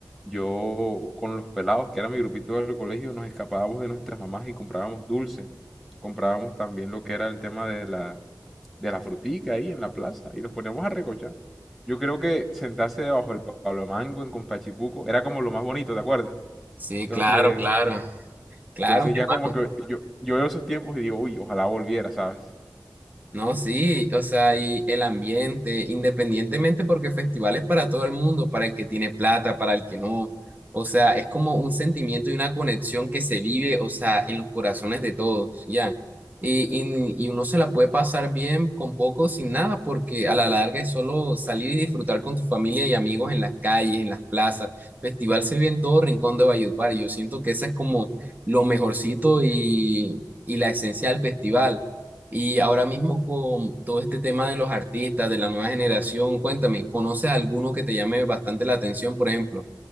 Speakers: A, in the centre; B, on the right.
A: Yo con los pelados, que era mi grupito del colegio, nos escapábamos de nuestras mamás y comprábamos dulce. Comprábamos también lo que era el tema de la, de la frutica ahí en la plaza y los poníamos a recochar. Yo creo que sentarse debajo del Pablo Mango en Compachipuco era como lo más bonito, ¿te acuerdas?
B: Sí,
A: Entonces,
B: claro, claro. Claro,
A: entonces
B: mi hermano.
A: ya como que yo, yo veo esos tiempos y digo, uy, ojalá volviera, ¿sabes?
B: No, sí, o sea, y el ambiente, independientemente porque el festival es para todo el mundo, para el que tiene plata, para el que no. O sea, es como un sentimiento y una conexión que se vive, o sea, en los corazones de todos, ya. Y, y, y uno se la puede pasar bien con poco, sin nada, porque a la larga es solo salir y disfrutar con tu familia y amigos en las calles, en las plazas. Festival se vive en todo rincón de Valledupar y yo siento que esa es como lo mejorcito y, y la esencia del festival. Y ahora mismo con todo este tema de los artistas, de la nueva generación, cuéntame, ¿conoces alguno que te llame bastante la atención, por ejemplo?